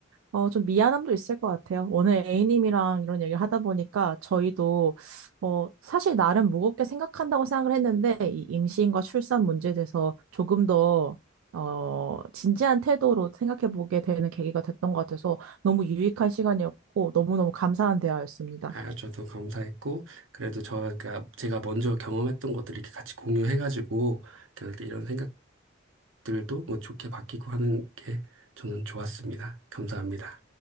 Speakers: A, on the right (about 90°); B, on the right (about 70°).
A: 어, 좀 미안함도 있을 것 같아요. 오늘 A님이랑 이런 얘기를 하다 보니까 저희도, 어, 사실 나름 무겁게 생각한다고 생각을 했는데, 이 임신과 출산 문제에 대해서 조금 더, 어, 진지한 태도로 생각해 보게 되는 계기가 됐던 것 같아서 너무 유익한 시간이었고, 너무너무 감사한 대화였습니다.
B: 아, 저도 감사했고 그래도 저가 제가 먼저 경험했던 것들 이렇게 같이 공유해가지고 그냥 이런 생각들도 뭐 좋게 바뀌고 하는 게 저는 좋았습니다. 감사합니다.